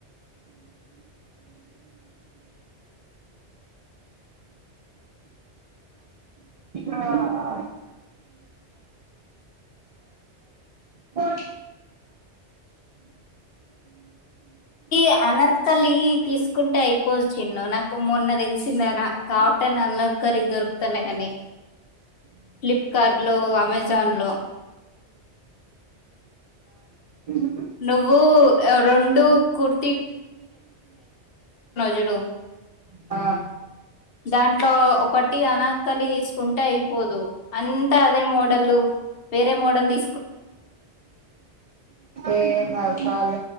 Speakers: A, on the right; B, on the left.
A: ఆ ఆ పో
B: ఈ అనర్థలి తీసుకుంటే అయిపోద్ చిన్ను నాకు మొన్న తెలిసింద కాబ అంటే నల్ కర్రీ దొరుకుతున్నాయి కాని ఫ్లిప్కార్ట్ లో అమెజాన్ లో
A: హ
B: నువ్వు రొండు కుర్తి చూడు
A: ఆ
B: దాంట్లో ఒకటి అనకలి తీసుకుంటే అయిపోదు అంతా అదే మోడల్ వేర మోడల్ తీ
A: ఏంకాదు కాాల